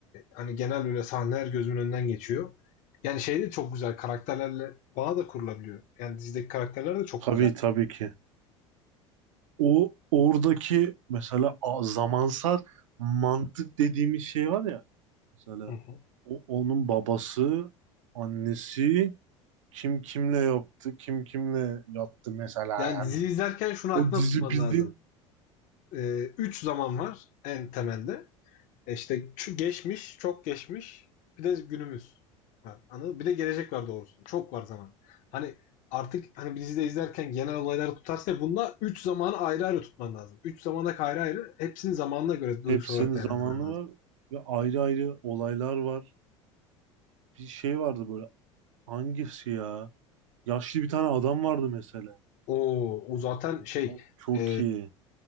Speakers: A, on the left (about 50°); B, on the right (about 75°).
A: hani genel böyle sahneler gözümün önünden geçiyor. Yani şey de çok güzel. Karakterlerle bağ da kurulabiliyor. Yani dizideki karakterler de çok
B: Tabii
A: güzel.
B: tabii ki. O oradaki mesela a- zamansal mantık dediğimiz şey var ya. Mesela
A: Hı hı.
B: o, onun babası, annesi kim kimle yaptı, kim kimle yattı mesela
A: Yani dizi
B: yani.
A: izlerken şunu
B: O
A: aklına
B: dizi
A: tutman
B: bildiğin
A: lazım. E, üç zaman var en temelde. E işte şu geçmiş, çok geçmiş, bir de günümüz var. Anladın mı? Bir de gelecek var doğrusu. Çok var zaman. Hani artık hani bir dizide izlerken genel olayları tutarsa ya, bunda 3 zamanı ayrı ayrı tutman lazım. üç zamana ayrı ayrı hepsinin zamanına göre duygusal
B: Hepsinin
A: olarak
B: zamanı
A: değerlendirmen lazım.
B: var ve ayrı ayrı olaylar var. Bir şey vardı böyle hangisi ya? Yaşlı bir tane adam vardı mesela.
A: Oo, o zaten şey
B: O çok
A: e,
B: iyi.